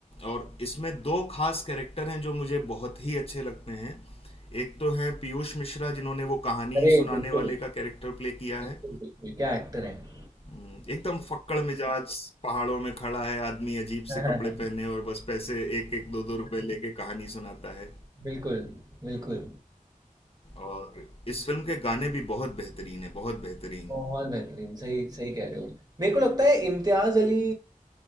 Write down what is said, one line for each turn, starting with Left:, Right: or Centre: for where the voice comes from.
Left: और इसमें दो खास कैरेक्टर हैं जो मुझे बहुत ही अच्छे लगते हैं एक तो हैं पीयूष मिश्रा जिन्होंने वो कहानी
Right: अरे
Left: सुनाने
Right: बिल्कुल
Left: वाले का कैरेक्टर प्ले किया है
Right: बिल्कुल बिल्कुल क्या एक्टर हैं
Left: एकदम फक्कड़ मिजाज पहाड़ों में खड़ा है आदमी अजीब
Right: <laughs>
Left: से कपड़े
Right: हाँ,
Left: पहने और बस पैसे एक एक दो दो रुपए लेके कहानी सुनाता है
Right: बिल्कुल बिल्कुल
Left: और इस फिल्म के गाने भी बहुत बेहतरीन है बहुत बेहतरीन
Right: बहुत बेहतरीन सही सही कह रहे हो मेरे को लगता है इम्तियाज अली